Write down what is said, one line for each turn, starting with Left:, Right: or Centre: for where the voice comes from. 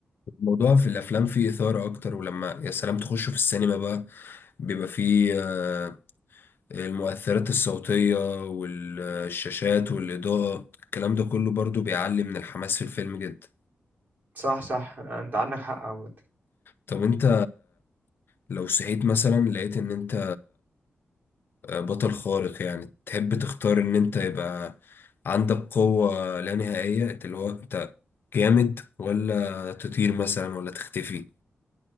Left: الموضوع في الافلام فيه اثارة اكتر ولما يا سلام تخشوا في السينما بقى بيبقى فيه آه، المؤثرات الصوتية والشاشات والإضاءة الكلام ده كله برضو بيعلي من الحماس في الفيلم جدا
Right: صح صح انت عندك حق عامة
Left: طب انت لو صحيت مثلا لقيت ان انت آه، بطل خارق يعني تحب تختار ان انت يبقى عندك قوة لا نهائية اللي هو انت جامد ولا تطير مثلا ولا تختفي